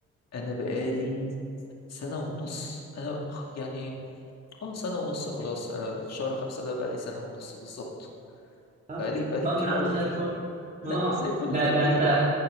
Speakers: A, on the left; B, on the right.
A: انا بقالي سنه ونص انا يعني اه سنة ونص خلاص انا شهر خمسة ده بقى لي سنة ونص بالظبط
B: طب
A: بقى لي بقى لي
B: طب
A: كتير
B: يا عم
A: قوي
B: زي
A: هنا
B: الفل
A: <laughs> لا
B: اه
A: مش زي الفل
B: ده
A: ده
B: ده
A: كتير
B: انت